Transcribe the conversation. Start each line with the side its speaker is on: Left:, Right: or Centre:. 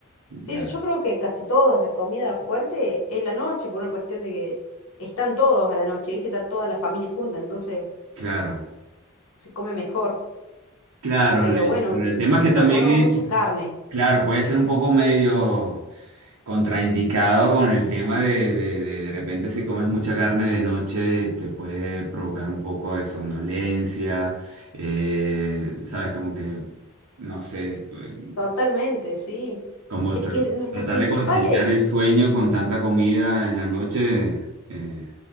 Left: Sí,
Right: ya,
Left: yo creo que casi todos, la comida fuerte es la noche, por una cuestión de que están todos a la noche, ¿viste? Está toda la familia junta, entonces
Right: claro.
Left: se come mejor.
Right: Claro,
Left: Pero
Right: el,
Left: bueno,
Right: el tema
Left: nosotros
Right: es que también,
Left: comemos mucha carne,
Right: claro, puede ser un poco medio... Contraindicado con el tema de, de, de, de repente si comes mucha carne de noche te puede provocar un poco de somnolencia, eh, sabes, como que, no sé, eh,
Left: totalmente, sí.
Right: como
Left: Es
Right: tra-
Left: que nos- las
Right: tratar
Left: principales,
Right: de conciliar el sueño con tanta comida en la noche eh,